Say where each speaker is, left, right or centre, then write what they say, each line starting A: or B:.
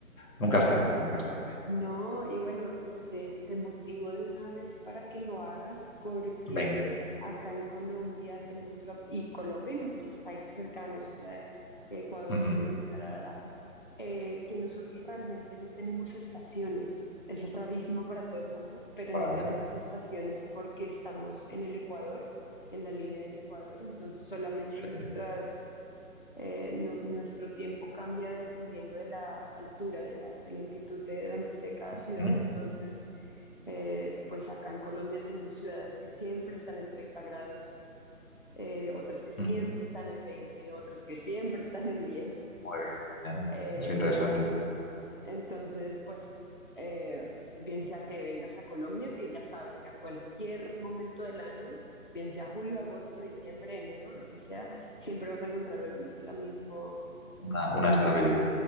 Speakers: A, on the left; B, on the left.
A: Nunca es tarde, nunca es tarde.
B: No, y bueno, pues te, te motivo de una vez para que lo hagas, porque
A: Venga.
B: acá en Colombia tenemos la, y Colombia y nuestros países cercanos, o sea, Ecuador,
A: Ujú.
B: Perú, la, la, la, eh, que nosotros realmente no tenemos estaciones. Es rarísimo para todo el mundo, pero
A: Vale,
B: no tenemos estaciones porque estamos en el Ecuador, en la línea del Ecuador, entonces solamente
A: sí.
B: nuestras eh, nu- nuestro tiempo cambia dependiendo de la altura, de la, de la altitud de donde esté cada
A: Ujú,
B: ciudad. Entonces, eh, pues acá en Colombia tenemos ciudades que siempre están en 30 grados, eh, otras que siempre
A: ujú.
B: están en veinte otras que siempre están en diez
A: Muy bien.
B: Eh,
A: Es interesante.
B: enton- entonces, pues, eh, bien sea que vengas a Colombia, que ya sabes que a cualquier momento del año, bien sea julio, agosto, diciembre, enero, lo que sea, siempre vas a encontrar el, la misma
A: Una,
B: la
A: una
B: misma,
A: estabilidad.